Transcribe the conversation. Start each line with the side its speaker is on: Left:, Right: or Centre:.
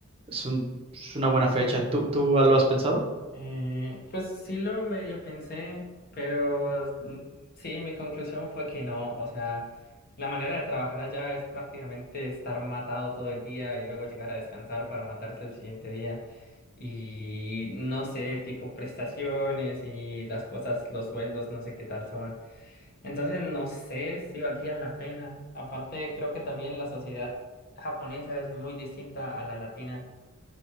Right: es un- es una buena fecha. ¿Tú, tú lo has pensado?
Left: Eh, pues sí lo medio pensé, pero mm, sí, mi conclusión fue que no, o sea, la manera de trabajar allá es prácticamente estar matado todo el día y luego llegar a descansar para matarse el siguiente día. Y no sé, tipo prestaciones y las cosas, los sueldos, no sé qué tal son. Entonces no sé si valdría la pena. Aparte, creo que también la sociedad japonesa es muy distinta a la latina.